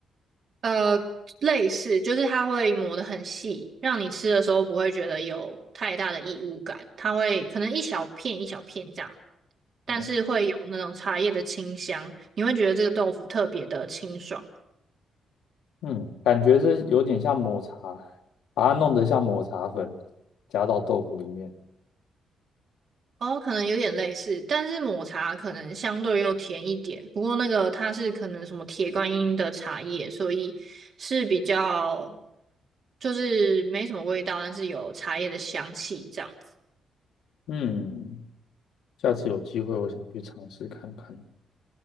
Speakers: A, on the right; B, on the left.
A: 呃，类似就是它会磨得很细，让你吃的时候不会觉得有太大的异物感，它会可能一小片一小片这样，但是会有那种茶叶的清香，
B: 哦，
A: 你会觉得这个豆腐特别的清爽。
B: 嗯，感觉是有点像抹茶，把它弄得像抹茶粉加到豆腐里面，
A: 哦，可能有点类似，但是抹茶可能相对又甜一点。不过那个它是可能什么铁观音的茶叶，所以是比较就是没什么味道，但是有茶叶的香气这样子。
B: 嗯，下次有机会我想去尝试看看。